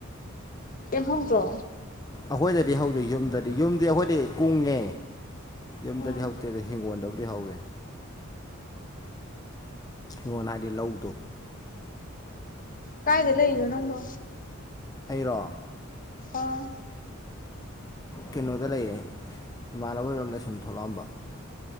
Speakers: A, on the left; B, on the left.
A: ꯀꯩꯝ ꯍꯧꯗ꯭ꯔꯣ
B: ꯑꯩꯈꯣꯏꯗꯗꯤ ꯍꯧꯗ ꯌꯨꯝꯗꯗꯤ ꯌꯨꯝꯗꯤ ꯑꯩꯈꯣꯏꯗꯤ ꯀꯨꯡꯉꯦ ꯌꯨꯝꯗꯗꯤ
A: ꯎꯝ
B: ꯍꯧꯗꯦ ꯑꯗ ꯍꯤꯡꯒꯣꯟꯗꯕꯨꯗꯤ ꯍꯧꯋꯤ ꯍꯤꯡꯉꯣꯟ ꯍꯥꯏꯗꯤ ꯂꯧꯗꯣ
A: ꯀꯥꯏꯗ ꯂꯩꯔꯤꯅꯣ ꯅꯪꯕꯣ
B: ꯑꯩꯔꯣ
A: ꯑꯥ
B: ꯀꯩꯅꯣꯗ ꯂꯩꯌꯦ ꯏꯃꯥꯟꯅꯕꯔꯣꯝꯗ ꯁꯨꯝ ꯊꯣꯛꯂꯛꯑꯝꯕ